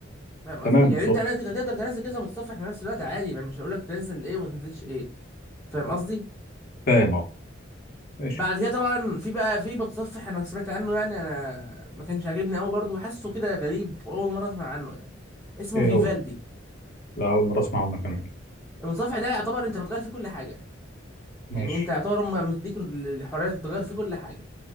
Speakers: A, in the centre; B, on the left.
A: فاهم قصدي
B: تمام
A: يعني
B: بالظبط
A: انت كنت هتقدر تنزل كذا متصفح في نفس الوقت عادي ما مش هقول لك تنزل ايه وما تنزلش ايه فاهم قصدي
B: فاهم اه ماشي
A: بعد كده طبعا في بقى في متصفح انا سمعت عنه يعني انا ما كانش عاجبني قوي برضه حاسه كده غريب اول مره اسمع عنه يعني اسمه
B: ايه
A: فيفالدي
B: هو لا اول مره اسمع عنه كمان
A: المتصفح ده يعتبر انت بتغير فيه كل حاجه
B: ماشي
A: يعني انت يعتبر هم مديك الحريه تغير فيه كل حاجه